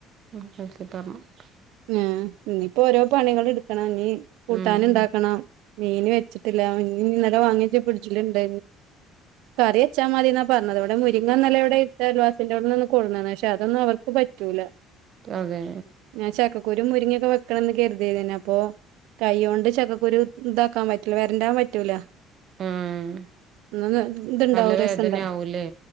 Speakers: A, on the right; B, on the right.
A: <inaudible>
B: ങേഇനിയിപ്പോ ഓരോ പണികൾ എടുക്കണം. ഇനി കൂട്ടാൻ
A: ഉം
B: ഉണ്ടാക്കണം, മീന് വെച്ചിട്ടില്ല. ഇൻ ഇന്നലെ വാങ്ങിയച്ച് ഫിട്ജ്ൽ ഇണ്ട്. കറിയച്ചാ മതീന്ന പറഞ്ഞത് ഇവിടെ മുരിങ്ങന്നലെ ഇട്‌ത്ത അയൽവാസിന്റെ ടൊന്ന് നിന്ന് കൊട്ന്ന്ക്ക്ണ് പക്ഷെ അതൊന്നും അവർ പറ്റൂല.
A: ആതെ
B: ഞാൻ ചക്കക്കുരും മുരിങ്ങിയൊക്കെ വെക്കണം ന്നാകരുതിയന്നെ അപ്പൊ കൈയോണ്ട്ചക്കക്കുരു ഇതാക്കാൻ പറ്റൂല്ല. വരണ്ടാൻ പറ്റൂല.
A: ആഹ്
B: ങേഇതുണ്ടാവും
A: നല്ല വേദനയാവൂലേ
B: രസംണ്ടാവും